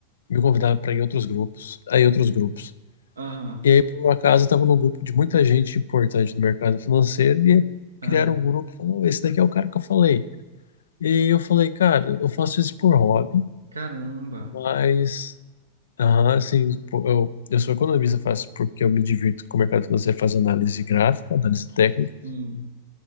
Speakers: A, on the left; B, on the right.
A: me convidava para ir em outros grupos, aí outros grupos.
B: Aham,
A: E aí, por um acaso, eu estava num grupo de muita gente importante do mercado financeiro e
B: ah,
A: criaram um grupo e falaram, esse daqui é o cara que eu falei. E eu falei, cara, eu faço isso por hobby,
B: caramba.
A: mas Aham, assim, pô, eu, eu sou economista, faço porque eu me divirto com o mercado financeiro, faço análise gráfica, análise técnica,
B: Hum,